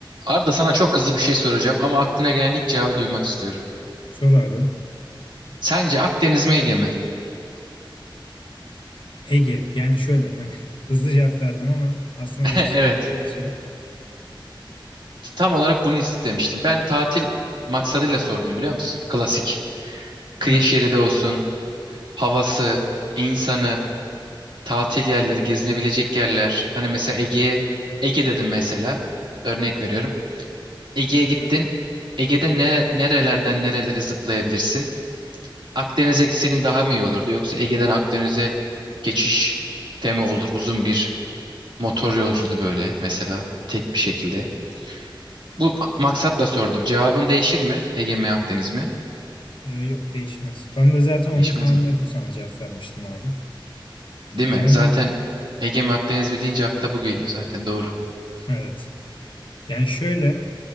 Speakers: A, on the right (about 65°); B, on the left (about 70°).
A: Arda sana çok hızlı bir şey soracağım ama aklına gelen ilk cevabı duymak istiyorum.
B: Sor abi.
A: Sence Akdeniz mi Ege mi?
B: Ege. Yani şöyle hani <laughs> hızlı cevap verdim ama aslında
A: <laughs>
B: değiştiremediği
A: Evet,
B: için.
A: tam olarak bunu istemiştim. Ben tatil maksadıyla sordum biliyor musun? Klasik. Kıyı
B: Ha.
A: şeridi olsun, havası, insanı, tatil yerleri, gezinebilecek yerler. Hani mesela Ege'ye, Ege dedim mesela, örnek veriyorum. Ege'ye
B: ha.
A: gittin, Ege'de ne, nerelerden nerelere zıplayabilirsin? Akdeniz'e gitsenin daha mı iyi olurdu? Yoksa Ege'den Akdeniz'e geçiş temi olur, uzun bir Motor yolculuğu böyle mesela tek bir şekilde. Bu ma- maksatla sordum. Cevabın değişir mi? Ege mi Akdeniz mi?
B: Ee, yok değişmez. Ben de zaten onu
A: Değişmez
B: tahmin
A: mi?
B: edip sana cevap vermiştim abi.
A: Değil mi?
B: Yani
A: Zaten Ege mi Akdeniz mi deyince akla bu geliyor zaten doğru.
B: evet. Yani şöyle